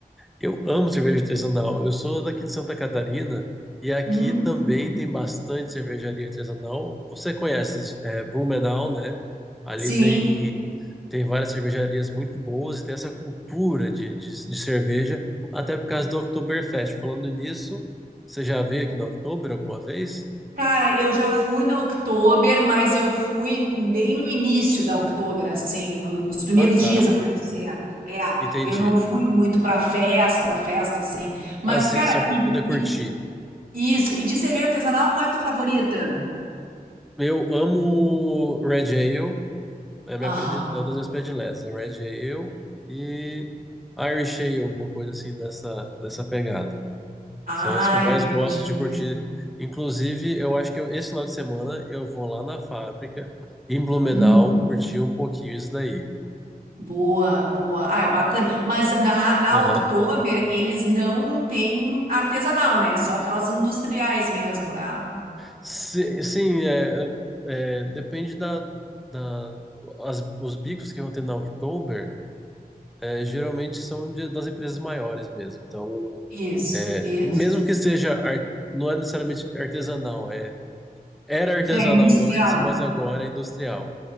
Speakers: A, in the centre; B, on the right.
A: Eu amo cerveja artesanal. Eu sou daqui de Santa Catarina e aqui
B: Hum,
A: também tem bastante cervejaria artesanal. Você conhece, é, Blumenau, né? Ali
B: sim.
A: tem, tem várias cervejarias muito boas e tem essa cultura de, de, de cerveja, até por causa do Oktoberfest. Falando nisso, você já veio aqui no Oktober alguma vez?
B: Cara, eu já fui na Oktober, mas eu fui bem no início da Oktober, assim, no- nos primeiros
A: Ah, tá.
B: dias, eu quero dizer. É,
A: Entendi.
B: eu não fui muito pra festa, festa, assim. Mas,
A: Assim,
B: cara,
A: só para
B: e,
A: poder
B: e-
A: curtir.
B: isso, e de cerveja artesanal, qual é a tua favorita?
A: Eu amo Red Ale É, minha
B: Aham.
A: predile... é uma das minhas prediletas. É Red Ale e Irish Ale, alguma coisa assim dessa, dessa pegada.
B: Ah,
A: São as que eu mais
B: entendi.
A: gosto de curtir. Inclusive, eu acho que eu- esse final de semana eu vou lá na fábrica, em Blumenau,
B: Hum,
A: curtir um pouquinho isso daí.
B: boa, boa. Ah, é bacana. Mas na, na
A: Aham.
B: Oktober, eles não têm artesanal, né? É Só aquelas industriais mesmo, né?
A: Si- Sim, é, é, depende da, da as- os bicos que vão ter na Oktober, é, geralmente são de- das empresas maiores mesmo. Então,
B: Isso,
A: É,
B: isso.
A: Mesmo que seja, ar- não é necessariamente artesanal, é, era artesanal
B: É industrial,
A: antes,
B: né?
A: mas agora é industrial.